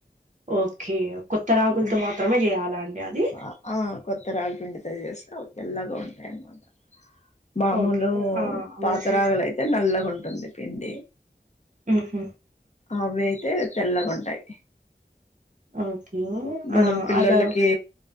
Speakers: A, on the right; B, on the left.
A: ఓకే కొత్త రాగులతో
B: హ్మ్.
A: మాత్రమే చేయాలా అండి అది
B: ఆ కొత్త రాగిపిండితో చేస్తే అవి తేల్లాగా ఉంటాయి అనమాట మామూలు
A: ఓకే ఆ అలా
B: పాత
A: చేసి
B: రాగులయితే నల్లగా ఉంటుంది పిండి
A: మ్మ్ఉహ్మ్
B: అవి అయితే తెల్లగుంటాయి
A: ఓకే
B: మనం
A: ఆ
B: పిల్లలకి
A: అలా